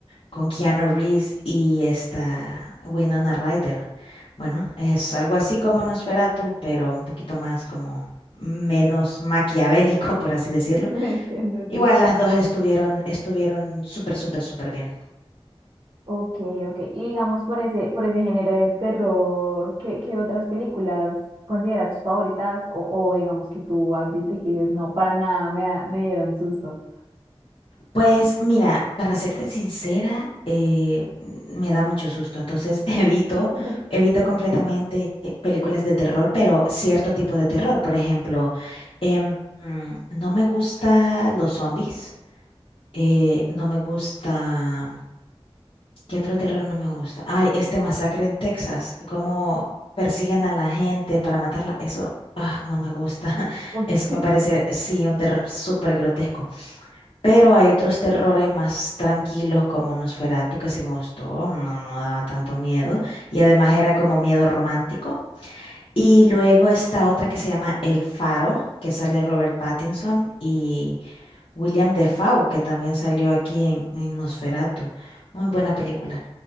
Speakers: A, on the left; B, on the right.
A: con Keanu Reeves y esta Winona Ryder. Bueno, es algo así como Nosferatu, pero un poquito más como menos maquiavélico, <laughs> por así decirlo.
B: <laughs> Entiendo,
A: Igual
B: sí.
A: las dos estuvieron, estuvieron súper, súper, súper bien.
B: Ok, ok. Y digamos por ese, por ese género del terror, ¿qué, qué otras películas consideras tus favoritas? O, o digamos que tú has visto y que dices, no, para nada, me, da- me dieron susto.
A: Pues mira, para serte sincera, eh, mm, me da mucho susto, entonces <laughs> evito,
B: <laughs>
A: evito completamente eh, películas de terror, pero cierto tipo de terror. Por ejemplo, em, mm, no me gusta los zombies, eh, no me gusta, ¿qué otro terror no me gusta? Ay, este masacre en Texas, cómo persiguen a la gente para matarla, eso ah, no me gusta, <laughs>
B: Ok,
A: eso me parece, sí, un terror súper grotesco. Pero hay otros terrores más tranquilos como Nosferatu, que sí me gustó, no, no daba tanto miedo. Y además era como miedo romántico. Y luego está otra que se llama El Faro, que sale Robert Pattinson y William Defoe, que también salió aquí en, en Nosferatu. Muy buena película.